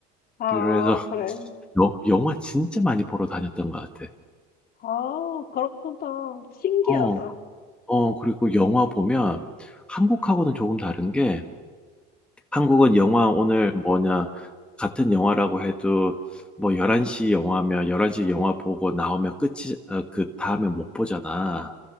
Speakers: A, on the left; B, in the centre.
A: 아,
B: 그래서
A: 그래.
B: 여 영화 진짜 많이 보러 다녔던 것 같아.
A: 아, 그렇구나. 신기하다.
B: 어. 어 그리고 영화 보면 한국하고는 조금 다른 게 한국은 영화
A: 어,
B: 오늘 뭐냐 같은 영화라고 해도 뭐 1 1시 영화면 1 1시 영화 보고 나오면 끝이 어 그 다음에 못 보잖아.